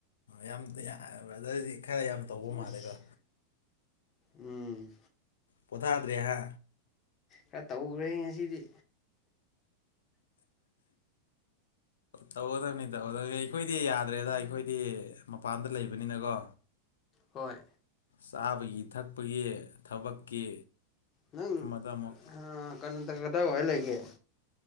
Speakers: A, on the left; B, on the left.
A: ꯌꯥꯝꯗꯔꯗꯤ ꯈꯔ ꯌꯥꯝ ꯇꯧꯕ ꯃꯥꯜꯂꯦꯀꯣ
B: ꯑꯁ ꯎꯝ
A: ꯄꯣꯊꯥꯗ꯭ꯔꯦ ꯍꯥ
B: ꯈꯔ ꯇꯧꯈ꯭ꯔꯦ ꯉꯁꯤꯗꯤ
A: ꯇꯧꯒꯗꯕꯅꯤ ꯇꯧꯒꯗꯕꯅꯤ ꯑꯩꯈꯣꯏꯗꯤ ꯌꯥꯗ꯭ꯔꯦꯗ ꯑꯩꯈꯣꯏꯗꯤ ꯃꯄꯥꯟꯗ ꯂꯩꯕꯅꯤꯅꯀꯣ
B: ꯍꯣꯏ
A: ꯁꯕꯌꯠ ꯊꯛꯄꯒꯤ ꯊꯕꯛꯀꯤ
B: ꯅ
A: ꯑꯃꯗ ꯑꯃꯨꯛ
B: ꯑ ꯀ ꯀꯗ ꯍ ꯂꯩꯒꯦ